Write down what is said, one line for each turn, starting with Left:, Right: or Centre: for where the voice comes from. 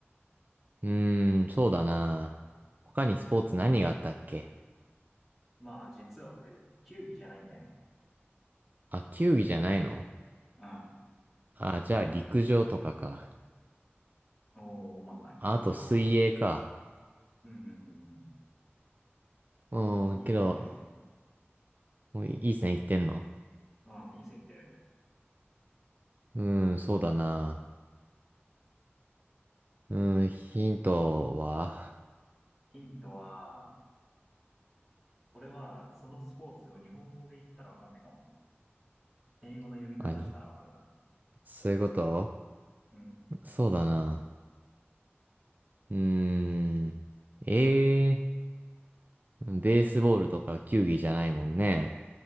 Right: うーん、そうだな。他にスポーツ何があったっけ
Centre: まあ、実はこれ、球技じゃないんだよね。
Right: あ、球技じゃないの
Centre: うん。
Right: あ、じゃあ陸上とかか。
Centre: おー、まあまあ、陸上。
Right: あ、あと水泳か。
Centre: うん、うん、うん、うん。
Right: うん、
Centre: いい線いってるね。
Right: けど、もういい線いってんの
Centre: うん、いい線いってる。
Right: うん、そうだな。うん、ヒントは、
Centre: ヒントは、これは、そのスポーツを日本語で言ったらわかんないかも。英語の読み方したらわかるか
Right: <laughs> あに、そういうこと
Centre: な。うん。
Right: そうだな。うーん。ええーベースボールとか球技じゃないもんね。